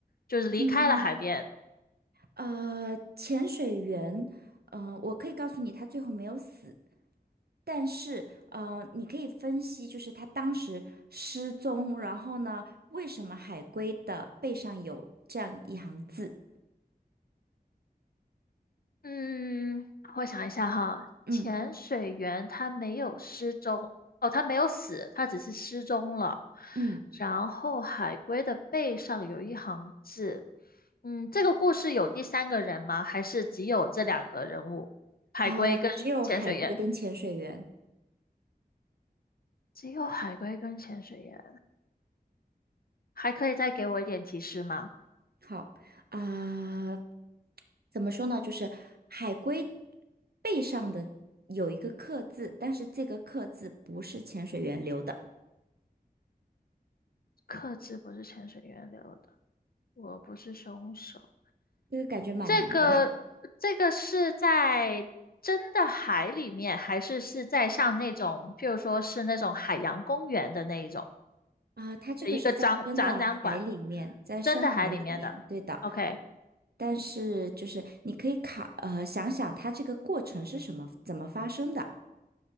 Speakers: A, on the left (about 65°); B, on the right (about 75°).
A: 就是离开了海边。
B: 嗯，呃，潜水员，呃，我可以告诉你，他最后没有死，但是，呃，你可以分析，就是他当时失踪，然后呢，为什么海龟的背上有这样一行字？
A: 嗯，我想一下哈，
B: 嗯
A: 潜水员他没有失踪，哦，他没有死，他只是失踪了。
B: 嗯，
A: 然后海龟的背上有一行字，嗯，这个故事有第三个人吗？还是只有这两个人物，海龟跟潜水员？
B: 啊、只有海龟跟潜水员。
A: 只有海龟跟潜水员，还可以再给我一点提示吗？
B: 好啊、怎么说呢？就是海龟背上的有一个刻字，但是这个刻字不是潜水员留的，
A: 克制不是潜水员留的，我不是凶手。
B: 这个感觉蛮难的。
A: 这个这个是在真的海里面，还是是在上那种，譬如说是那种海洋公园的那一种
B: 啊，它这个是在真的海里面，
A: 的一个展展览馆，
B: 在深海里面，
A: 真的海里面的。
B: 对的。
A: OK，
B: 但是就是你可以考，呃，想想它这个过程是什么，怎么发生的？